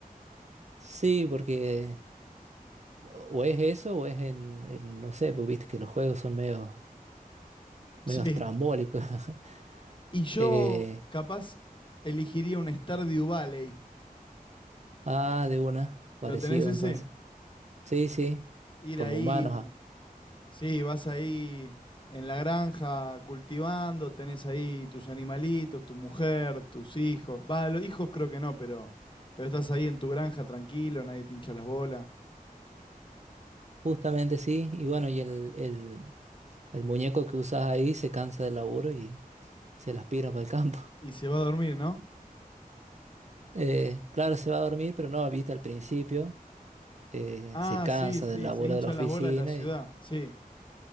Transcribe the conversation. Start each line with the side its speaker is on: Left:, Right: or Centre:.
Right: Sí, porque o es eso o es en, en- no sé, porque viste que los juegos son medio medio
Left: Sí.
Right: estrambólico. <laughs>
Left: Y yo,
Right: Eh,
Left: capaz, elegiría un Stardew Valley.
Right: ah, de una, parecido
Left: ¿Lo tenés ese?
Right: entonces. Sí, sí,
Left: Ir
Right: con
Left: ahí.
Right: humanos. ah.
Left: Sí, vas ahí en la granja cultivando, tenés ahí tus animalitos, tu mujer, tus hijos. Va, los hijos creo que no, pero, pero estás ahí en tu granja tranquilo, nadie te hincha las bolas.
Right: Justamente sí. Y bueno, y el, el, el muñeco que usas ahí se cansa del laburo y se las pira para el campo. <laughs>
Left: Y se va a dormir, ¿no?
Right: Eh, claro, se va a dormir, pero no, viste, al principio eh,
Left: Ah,
Right: se cansa
Left: sí, sí,
Right: del laburo
Left: se hincha
Right: de la oficina
Left: las bolas de la ciudad.
Right: y,
Left: Sí,